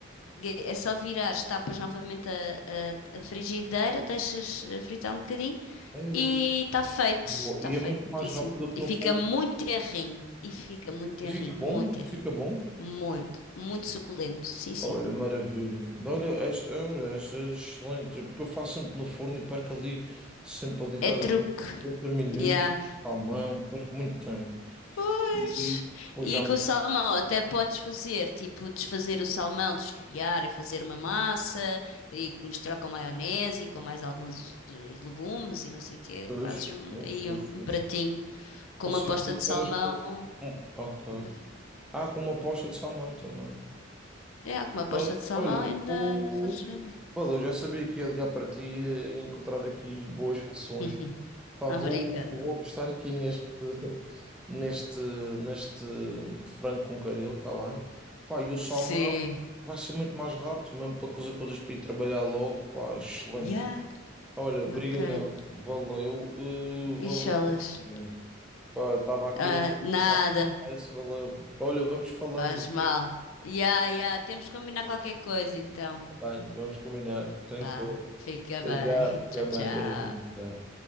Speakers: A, on the left (about 80°); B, in the centre.
A: que É só virares, tapas novamente a, a- a frigideira, deixas eh, fritar um bocadinho
B: Ei,
A: e está feito.
B: boa.
A: Está
B: E
A: feitíssimo.
B: é muito mais rápido que
A: E
B: no
A: fica
B: fogo.
A: muito terrinho. E fica muito terrinho,
B: E fica bom,
A: muito terrinho.
B: e fica bom.
A: Muito, muito suculento. Sim, sim.
B: Olha, maravilha. Olha, esta, olha, esta é excelente, porque eu faço sempre no forno e perco ali, sempre ali, estás
A: É truque.
B: a ver, 50 minutos,
A: Yeah.
B: salmão, perco muito tempo.
A: Pois.
B: E e, pô,
A: E
B: já
A: com
B: me.
A: o salmão, até podes fazer, tipo, desfazer o salmão, desfiar e fazer uma massa e misturar com maionese e com mais alguns eh, legumes e não sei o quê.
B: Dois,
A: Fazes um-
B: dois,
A: aí
B: dois,
A: um, um
B: dois.
A: pratinho com
B: Posso
A: uma posta
B: ir fazer
A: de salmão.
B: várias coisas. Hum, Ok.
A: Ainda,
B: Ah, com uma posta de salmão também.
A: é, com uma posta
B: Sei.
A: de salmão
B: Olha,
A: ainda,
B: o...
A: ainda fazes render.
B: Olha, eu já sabia que ia ligar para ti eh, e encontrar aqui boas soluções.
A: <laughs>
B: Pá,
A: Obrigada.
B: vou, vou apostar aqui neste, <laughs> neste, neste frango com caril, está bem? Pá, e o salmão
A: Sim.
B: vai ser muito mais rápido, mesmo para coisa coisas para ir trabalhar logo, pá, excelente.
A: Yeah.
B: Olha, brigadão,
A: Ok.
B: valeu, eh,
A: Bicholas.
B: valeu. Juliana. Pá, estava aqui,
A: Ah, nada.
B: já, parece, valeu. Olha, vamos falando,
A: Faz
B: depois,
A: mal. Yeah, yeah. Temos que combinar
B: pode.
A: qualquer coisa, então.
B: Tá bem, vamos combinar. Tranquilo.
A: Vá, fica
B: Até
A: bem.
B: já, fica
A: <laughs> Tchau,
B: bem.
A: tchau.
B: Beijinho. Tchau.